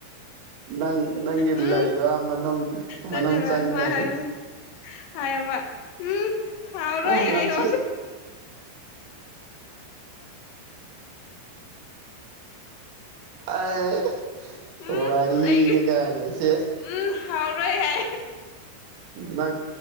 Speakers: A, on the right; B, on the left.
A: ꯅꯪ ꯅꯪꯒꯤ
B: ꯎꯝ
A: ꯂꯩꯗꯣ ꯃꯅꯨꯡ
B: ꯅꯠꯇꯦ
A: ꯃꯅꯨꯡ
B: ꯃꯥ
A: ꯆꯪꯒꯗꯅꯤ
B: ꯃꯥ ꯍꯥꯏꯌꯣ ꯍꯥꯏꯌꯣ ꯃꯥꯚ ꯎꯝ ꯍꯥꯎꯔꯣꯏ
A: ꯎꯝ ꯅꯝꯊꯤ
B: ꯍꯥꯏꯌꯣ
A: ꯑ
B: ꯎꯝ
A: ꯋꯥꯔꯤꯅꯦ
B: ꯑꯩ
A: ꯀꯥꯏꯅꯁꯦ
B: ꯎꯝ ꯍꯥꯎꯔꯣꯏ ꯍꯥꯏ
A: ꯅ